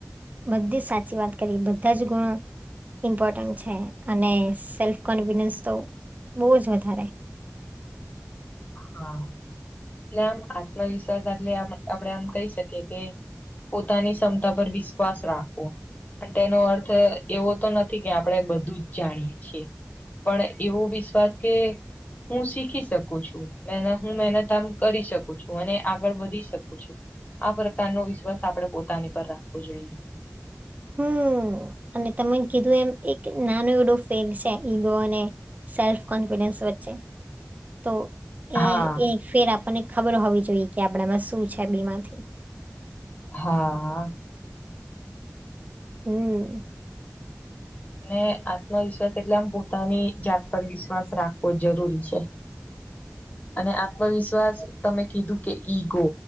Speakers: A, on the right; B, on the left.
A: બધી જ સાચી વાત કરી બધા જ ગુણો ઇમ્પોર્ટન્ટ છે અને સેલ્ફ કોન્ફિડન્સ તો બહુ જ વધારે.
B: હા એટલે આમ આત્મવિશ્વાસ અટલે આપડે આમ કહી શકીએ કે. પોતાની ક્ષમતા પર વિશ્વાસ રાખો. અને તેનો અર્થ એવો તો નથી કે આપણે બધું જ જાણીએ છીએ. પણ એવો વિશ્વાસ કે હું શીખી શકું છું. મહેનત હું મહેનત આમ કરી શકું છું અને આગળ વધી શકું છું આ પ્રકારનો વિશ્વાસ આપડે પોતાની પર રાખવો જોઈએ. <inaudible>
A: હમ્મ અને તમે કીધું એમ એક નાનો એવડો ફેરછે ઈગો અને. સેલ્ફ કોન્ફિડન્સ વચ્ચે તો એ
B: હા
A: એક ફેર આપણને ખબર હોવી જોઈએ કે આપડામાં શું છે બે માંથી.
B: હા આ આ.
A: હમ
B: અને આત્મવિશ્વાસ એટલે આમ પોતાની જાત પર વિશ્વાસ રાખવો જરૂરી છે. અને આત્મવિશ્વાસ તમે કીધું કે ઈગો.